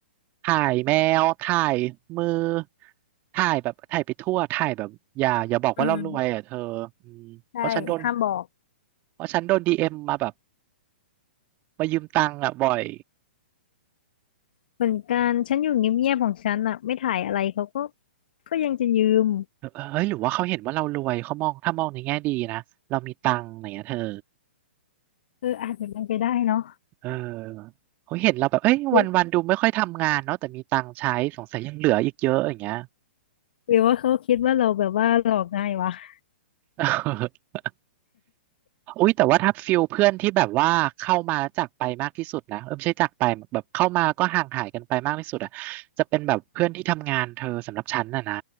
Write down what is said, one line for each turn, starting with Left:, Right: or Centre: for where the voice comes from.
Right: ถ่ายแมวถ่ายมือถ่ายแบบถ่ายไปทั่วถ่ายแบบอย่าอย่าบอกว่าเรารวยอ่ะเธออืมเพราะฉันโดน
Left: อืมใช่ห้ามบอก
Right: เพราะฉันโดนดีเอ็มมาแบบมายืมตังค์อ่ะบ่อย
Left: เหมือนกันฉันอยู่เงียบๆของฉันอ่ะไม่ถ่ายอะไรเขาก็ก็ยังจะยืม
Right: เออเฮ้ยหรือว่าเขาเห็นว่าเรารวยเขามองถ้ามองในแง่ดีนะเรามีตังค์อะไรอย่างเงี้ยเธอ
Left: เอออาจจะเป็นไปได้เนาะ
Right: เออเขาเห็นเราแบบเอ้ยวันวันดูไม่ค่อยทำงานเนาะแต่มีตังค์ใช้สงสัยยังเหลืออีกเยอะอย่างเงี้ย
Left: หรือหรือว่าเขาคิดว่าเราแบบว่าหลอกง่ายวะ
Right: <laughs> อุ้ยแต่ว่าถ้าฟิลเพื่อนที่แบบว่าเข้ามาแล้วจากไปมากที่สุดนะเออไม่ใช่จากไปแบบเข้ามาแล้วก็ห่างหายกันไปมากที่สุดอ่ะจะเป็นแบบเพื่อนที่ทำงานเธอสำหรับฉันน่ะนะ